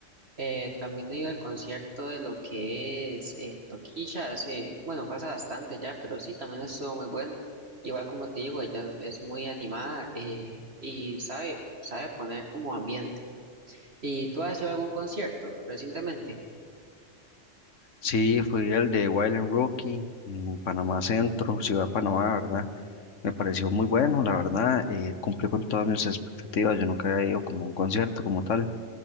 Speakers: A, on the right; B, on the left.
A: Eh, también he ido al concierto de lo que es eh, Toquilla hace, bueno, fue hace bastante ya, pero sí, también estuvo muy bueno. Igual como te digo, ella es muy animada eh, y sabe, sabe poner como ambiente. ¿Y tú has ido a algún concierto recientemente?
B: Sí, fui el de Wild and Rookie en Panamá Centro, Ciudad de Panamá, ¿verdad? Me pareció muy bueno, la verdad, eh, cumplió con todas mis expectativas, yo nunca había ido como a un concierto como tal,